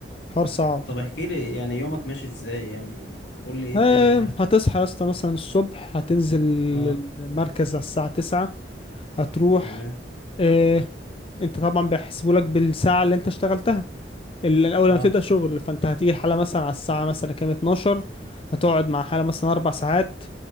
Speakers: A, on the left; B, on the left.
A: حوار صعب
B: طب احكي لي يعني يومك ماشي ازاي يعني قول لي ايه
A: آه،
B: الدنيا معاك
A: هتصحى يا اسطى مثلا الصبح هتنزل
B: اه
A: المركز على الساعة تسعة هتروح
B: تمام
A: آه، انت طبعا بيحسبوا لك بالساعة اللي انت اشتغلتها ال- الاول
B: اه
A: لما تبدا شغل فانت هتيجي الحاله مثلا على الساعه مثلا كام 12 هتقعد مع حاله مثلا اربع ساعات